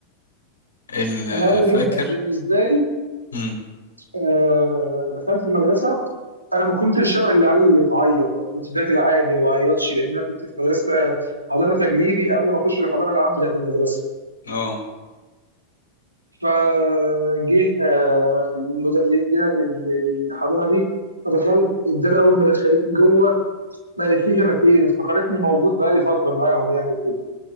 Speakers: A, on the left; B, on the right.
A: ايه اللي
B: انا اول
A: فاكر
B: يوم كان بالنسبه لي
A: امم
B: آه، دخلت المدرسه انا ما كنتش شبه العيال اللي تعيط انا كنت داخل عادي ما بعيطش لان انا كنت في مدرسه آه، حضانه تجريبي قبل ما اخش الحضانه العام بتاعت المدرسه
A: اه
B: فجه آه، للمد... ل- جينا لل- لل- للحضانه دي فدخلت الداده اول ما دخلتني جوه ما قالتليش انا فين افتكرتني موجود بقالي فتره معاهم يعني وكده